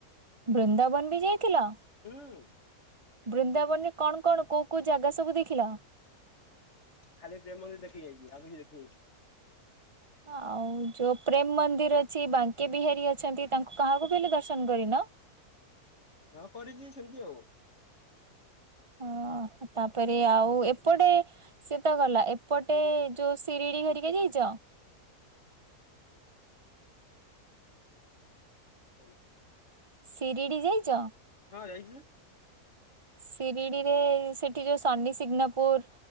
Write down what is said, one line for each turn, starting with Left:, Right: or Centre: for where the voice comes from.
Right: ବୃନ୍ଦାବନ ବି ଯାଇଥିଲ।
Left: ହୁଁ।
Right: ବୃନ୍ଦାବନ କଣ କଣ କୋଉ କୋଉ ଜାଗା ସବୁ ଦେଖିଲ।
Left: ଖାଲି ପ୍ରେମ ମନ୍ଦିର ଦେଖି ଯାଇଛି ଆଉ କିଛି ଦେଖିନି।
Right: ଆଉ ଯୋଉ ପ୍ରେମ ମନ୍ଦିର ଅଛି, ବାଙ୍କେ ବିହାରୀ ଅଛନ୍ତି ତାଙ୍କୁ କାହାକୁ ବି ହେଲେ ଦର୍ଶନ କରିନ?
Left: ହଁ କରିଛି ସେମିତି ଆଉ।
Right: ହଁ ତାପରେ ଆଉ ଏପଟେ ସେ ତ ଗଲା ଏପଟେ ଯୋଉ ଶିରିଡି ହରିକା ଯାଇଛ?
Left: <inaudible>
Right: ଶିରିଡି ଯାଇଛ?
Left: ହଁ ଯାଇଛି।
Right: ଶିରିଡ଼ିରେ ସେଠି ଯୋଉ ସନିସିଗ୍ନାପୁର